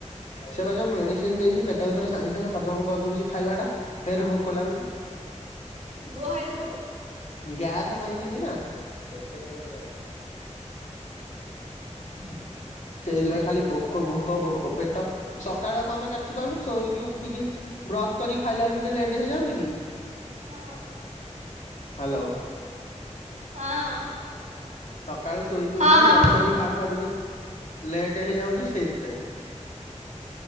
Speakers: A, on the left; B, on the right.
A: ସେ ବା ଯୋଉ ମେଡିସିନ୍ ଦେଇଛି ପେଟ ଭିତରେ ସାଙ୍ଗେ ସାଙ୍ଗେ ହଜମ କରିଦଉଛି ଖାଇବା ଟା। ଫେରେ ଭୋକ ଲାଗୁଛି।
B: ଗୁଆହାାଇ ଦଉନୁ?
A: ଗ୍ୟାସ ପାଇଁ ହେଇଛି ନା ଏବେକୋଉଠି ଆଉ ହେବ। <inaudible> ସେଇଥିପାଇଁ ଖାଲି ଭୋକ ଭୋକ ଭୋକ ପେଟ ସକାଳୁଆ କଣ ପାଇଁ କାଟୁଛି କହିଲୁ ଶୋଇକି ଉଠିକି ବ୍ରସ୍ କରି ଖାଇଲା ବେଲକୁ ଟିକେ ଲେଟେ ହେଇଯାଉନି କି?
B: ହଁ ହୁଁ।
A: ହାଲୋ।
B: ହଁ।
A: ସକାଳେ ଶୋଇକି
B: ହଁ
A: ଉଠିକି
B: ହଁ।
A: ବ୍ରସ୍ କରିକି ଖାଉ ଖାଉ ଟିକେ ଲେଟ୍ ହେଇଯାଉଛି ସେଇଥିପାଇଁ।